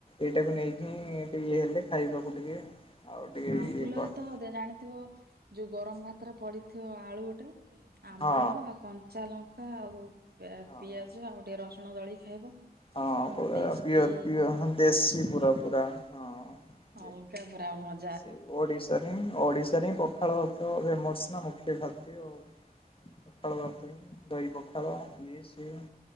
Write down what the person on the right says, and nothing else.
ଆମ୍ବୁଲରେ
ତ ଦେ ଜାଣିଥିବ ଯୋଉ ଗରମ ଭାତରେ ପଡ଼ିଥିବ ଆଳୁ ଗୋଟେ ଆମ୍ବୁଲ
ଆଉ କଞ୍ଚା ଲଙ୍କା ଆଉ ପି
ପିଆଜ ଆଉ ଟିକେ ରସୁଣ ଦଳିକି ଖାଇବ।
ଯୋଉ
ଟେଷ୍ଟି
ଅଲଗା ପୁରା ଭଜ୍